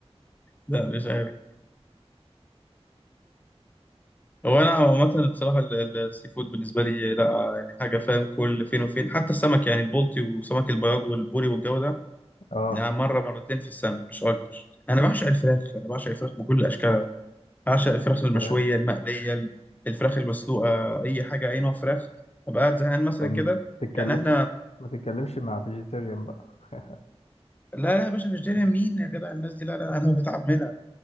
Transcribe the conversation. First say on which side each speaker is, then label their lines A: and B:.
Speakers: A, on the left; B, on the left.
A: لا مش عارف هو انا عامه بصراحه ال- ال- السي فود بالنسبه لي لا يعني حاجه فاهم كل فين وفين حتى السمك يعني البلطي وسمك البياض والبوري والجو ده
B: اه
A: يعني مره مرتين في السنه مش اكتر انا بعشق الفراخ انا بعشق الفراخ بكل اشكالها بعشق الفراخ المشويه
B: فراخ
A: المقليه ال- الفراخ المسلوقه اي حاجه اي نوع فراخ ابقى قاعد زهقان مثلا
B: طب
A: كده
B: ما تتكلمش
A: يعني احنا
B: ما تتكلمش مع فيجيتيريان بقى <laughs>
A: لا لا يا باشا مش داري مين يا جدع الناس دي لا لا انا بتعب منها